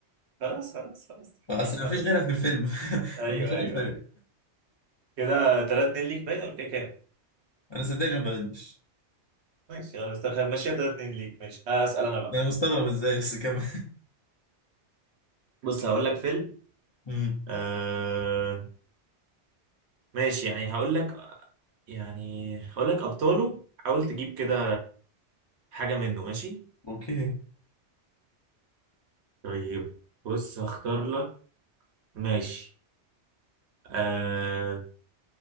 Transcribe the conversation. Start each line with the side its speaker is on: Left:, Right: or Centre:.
Right: خلاص خلاص خلاص
Left: فاصل
Right: ماشي
Left: ما
Right: خلاص
Left: فيش غيرها في الفيلم <laughs>
Right: ايوه
Left: فمش
Right: ايوه
Left: عارف
Right: ايوه كده 3 2 ليك باين ولا كده كام
Left: انا صدقني ما بقدش
Right: ماشي خلاص ماشي 3 2 ليك ماشي هسأل انا بقى
Left: انا مستغرب ازاي بس كمان
Right: بص هقول لك فيلم
Left: امم
Right: آه ماشي يعني هقول لك يعني هقول لك ابطاله حاول تجيب كده حاجه منه ماشي
Left: اوكي
Right: طيب بص هختار لك ماشي آه